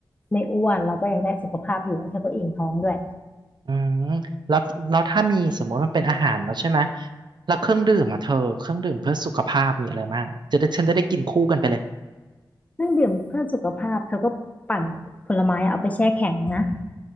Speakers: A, on the left; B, on the right.
A: ไม่อ้วนแล้วก็ยังได้สุขภาพอยู่แล้วเธอก็อิ่มท้องด้วย
B: อืมแล้วแล้วถ้ามีสมมติมันเป็นอาหารแล้วใช่ไหมแล้วเครื่องดื่มอ่ะเธอเครื่องดื่มเพื่อสุขภาพมีอะไรบ้างจะได้ฉันจะได้กินคู่กันไปเลย
A: เครื่องดื่มเพื่อสุขภาพเธอก็ปั่นผลไม้เอาไปแช่แข็งนะ